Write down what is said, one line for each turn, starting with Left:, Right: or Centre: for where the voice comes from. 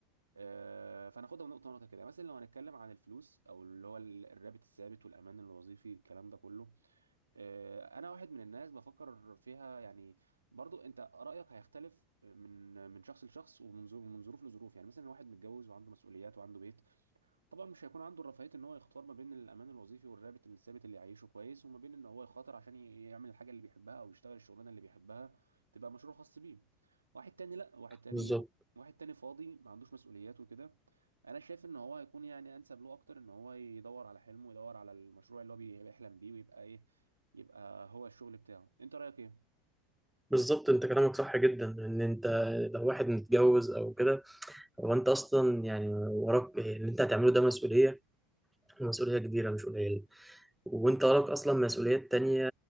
Right: آه، فناخدها نقطه نقطه كده مثلا لو هنتكلم عن الفلوس او اللي هو ال- الرابط الثابت والامان الوظيفي والكلام ده كله آه، انا واحد من الناس بفكر فيها يعني برضو انت رايك هيختلف من من شخص لشخص ومن ظروف من ظروف لظروف يعني مثلا واحد متجوز وعنده مسؤوليات وعنده بيت طبعا مش هيكون عنده الرفاهيه ان هو يختار ما بين الامان الوظيفي والرابط الثابت اللي يعيشه كويس وما بين ان هو يخاطر عشان ي- يعمل الحاجه اللي بيحبها او يشتغل الشغلانه اللي بيحبها تبقى مشروع خاص بيه واحد تاني لا واحد تاني
Centre: بالظبط
Right: واحد تاني فاضي ما عندوش مسؤوليات وكده انا شايف ان هو هيكون يعني انسب له اكتر ان هو يدور على حلمه ويدور على المشروع اللي هو بي- بيحلم بيه ويبقى ايه يبقى هو الشغل بتاعه انت رايك ايه
Centre: بالظبط انت كلامك صح جدا ان انت لو واحد متجوز او كده هو انت اصلا يعني وراك اللي انت هتعمله ده مسؤوليه ومسؤوليه كبيره مش قليله وانت وراك اصلا مسؤوليات تانية